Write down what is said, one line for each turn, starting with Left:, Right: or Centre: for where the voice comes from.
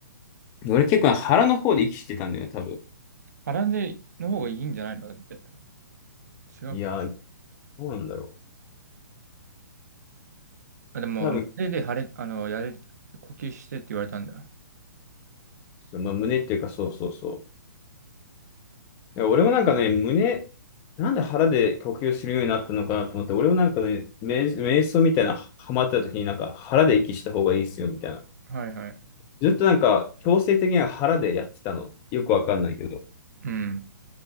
Left: 俺結構腹の方で息してたんだよね、多分。
Right: 腹での方がいいんじゃないのだって。違うっけ
Left: いやー、どうなんだろ
Right: あ、でも、
Left: う。多分、
Right: 胸で腫れ、あの、やれ、呼吸してって言われたんだ。
Left: まあ、胸っていうか、そうそうそう。いや俺もなんかね、胸、なんで腹で呼吸するようになったのかなと思って、俺もなんかね、瞑、瞑想みたいな、ハマってた時になんか腹で息した方がいいっすよ、みたいな。
Right: はいはい。
Left: ずっとなんか、強制的には腹でやってたの。よくわかんないけど。
Right: うん。